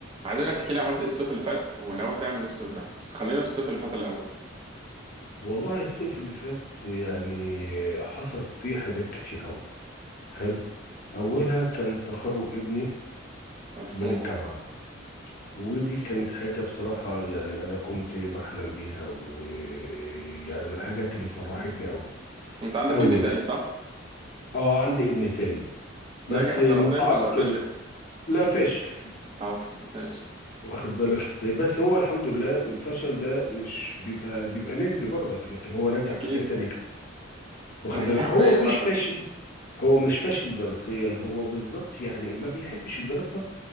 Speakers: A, on the right; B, on the left.
A: عايزك تحكي لي عملت ايه الصيف اللي فات وناوي تعمل ايه الصيف ده بس خلينا في الصيف اللي فات الاول
B: والله الصيف اللي فات يعني حصل فيه حاجات كتير قوي حلو اولها
A: مم.
B: كان تخرج ابني
A: الف
B: من
A: مبروك
B: الجامعة ودي كانت حاجة بصراحة يعني انا كنت بحلم بيها ويعني من الحاجات اللي فرحتني قوي
A: انت عندك
B: قوي
A: ابن
B: يعني
A: تاني صح
B: اه عندي ابن تاني بس
A: ناجح
B: متعرق
A: دراسيا ولا فاشل
B: لا فاشل
A: طب فاشل
B: واخد بالك ازاي بس هو الحمد لله الفشل ده مش بيبقى بيبقى نسبي برضك لكن هو نجح
A: اكيد
B: في حاجات تانية
A: <laughs>
B: واخد
A: ناجح
B: بالك هو
A: في ايه
B: مش
A: مثلا
B: فاشل هو مش فاشل دراسيا هو بالظبط يعني ما بيحبش الدراسة